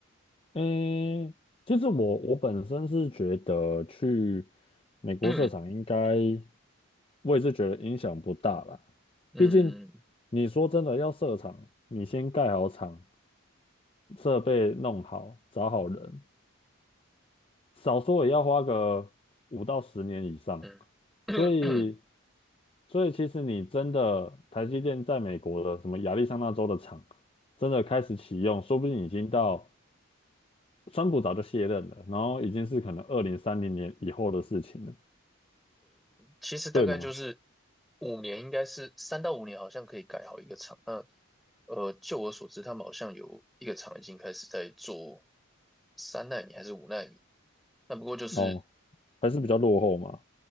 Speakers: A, on the left; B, in the centre.
A: 诶，其实我我本身是觉得去美国设厂应该，
B: <clears throat>
A: 我也是觉得影响不大啦。
B: 嗯嗯
A: 毕竟你说真的要设厂，你先盖好厂，设备弄好，找好人，少说也要花个五到十年以上。
B: 嗯嗯。
A: 所以，
B: <clears throat>
A: 所以其实你真的台积电在美国的什么亚利桑那州的厂，真的开始启用，说不定已经到。川普早就卸任了，然后已经是可能二零三零年以后的事情了，
B: 其实大概就是
A: 对吗？
B: 五年，应该是三到五年，好像可以改好一个厂。那呃，就我所知，他们好像有一个厂已经开始在做三纳米还是五纳米。那不过就是
A: 哦，还是比较落后嘛。